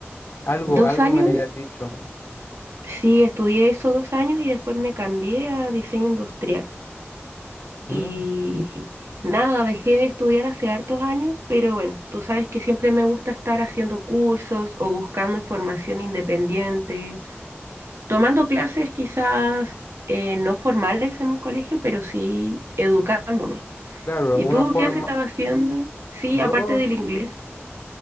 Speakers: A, on the left; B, on the right.
A: algo,
B: ¿Dos
A: algo
B: años?
A: me habías dicho.
B: Sí, estudié eso dos años y después me cambié a diseño industrial.
A: Mm,
B: Y nada, dejé de estudiar hace hartos años, pero bueno, tú sabes que siempre me gusta estar haciendo cursos o buscando información independiente, tomando clases quizás eh, no formales en un colegio, pero sí educándome.
A: claro,
B: ¿Y
A: una
B: tú
A: forma,
B: qué has estado haciendo? Sí,
A: yo,
B: aparte del inglés.